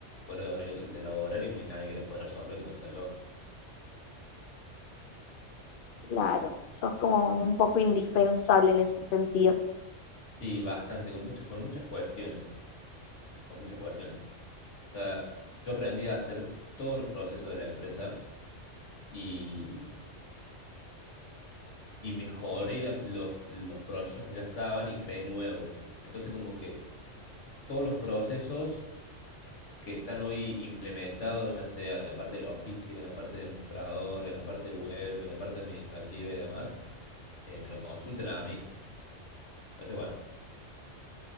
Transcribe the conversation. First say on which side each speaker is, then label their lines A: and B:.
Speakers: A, on the left; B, on the left.
A: fuera de horario de laboral y no hay nadie que las pueda resolver que no sea yo.
B: Claro, sos como un poco indispensable en ese sentido.
A: Sí, bastante, con muchas, con muchas cuestiones, con muchas cuestiones. O sea, yo aprendí a hacer todos los procesos de la empresa y, y mejoré la- los, los procesos que ya estaban y creé nuevos. Entonces, como que todos los procesos que están hoy implementados, ya sea en la parte logística, en la parte de mostrador, en la parte web, en la parte administrativa y demás, eh, me lo consultan a mí. Entonces, bueno,